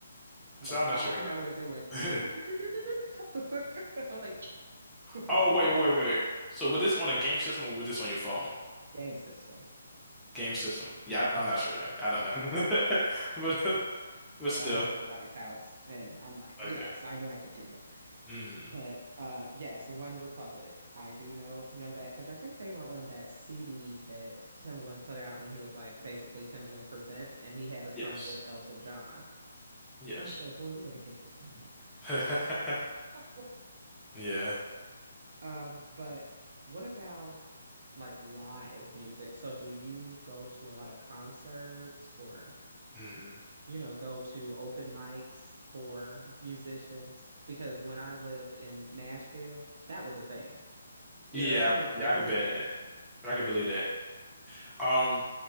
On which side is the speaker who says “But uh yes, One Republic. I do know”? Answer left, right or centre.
Right